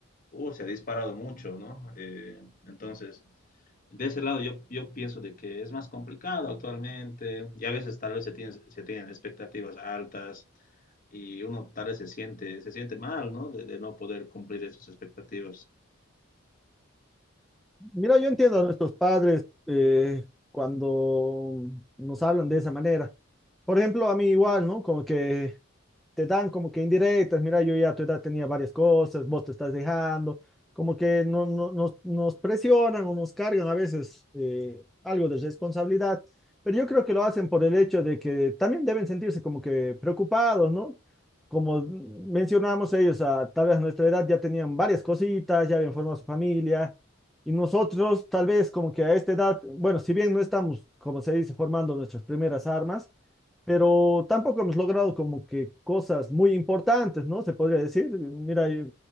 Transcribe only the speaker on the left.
uh, se ha disparado mucho, ¿no? Eh, entonces, de ese lado yo, yo pienso de que es más complicado actualmente y a veces tal vez se, tiene- se tienen expectativas altas y uno tal vez se siente, se siente mal, ¿no? De, de no poder cumplir esas expectativas.